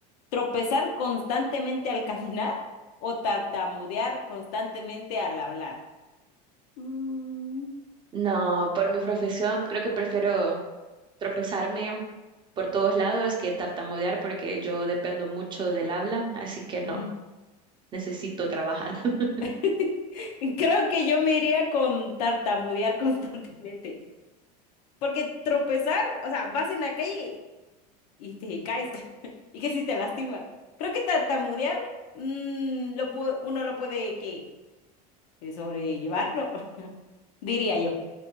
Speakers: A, on the left; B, on the right.
A: ¿Tropezar constantemente al caminar o tartamudear constantemente al hablar? Mm,
B: No, por mi profesión creo que prefiero tropezarme por todos lados que tartamudear porque yo dependo mucho del habla, así que
A: Ujú.
B: no, necesito trabajar. <laughs>
A: <laughs> Creo que yo me iría con tartamudear <laughs> constantemente. Porque tropezar, o sea, vas en la calle y te caes. <laughs> Y que si te lastimas. Creo que tartamudear, mm, lo pu- uno lo puede que sobrellevar, ¿no? <laughs> Diría yo.